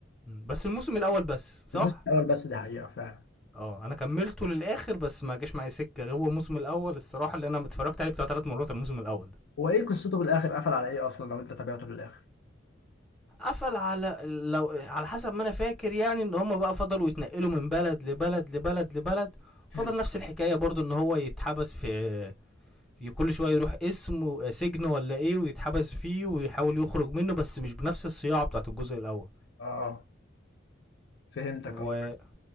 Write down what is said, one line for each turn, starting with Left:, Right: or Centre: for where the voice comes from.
Centre: بس الموسم الاول بس صح
Left: الموسم الأول بس دي حقيقة فعلا
Centre: اه انا كملته للاخر بس ما جاش معايا سكه هو الموسم الاول الصراحه اللي انا اتفرجت عليه بتاع ثلاث مرات الموسم الاول
Left: هو ايه قصته في الآخر قفل على ايه أصلا لو أنت تابعته للآخر؟
Centre: قفل على لو على حسب ما انا فاكر يعني ان هم بقى فضلوا يتنقلوا من بلد لبلد لبلد لبلد فضل
Left: حلو
Centre: نفس الحكايه برضو ان هو يتحبس في في كل شويه يروح اسم و- سجن ولا ايه ويتحبس فيه ويحاول يخرج منه بس مش بنفس الصياعه بتاعت الجزء الاول
Left: اه فهمتك
Centre: وبس
Left: اه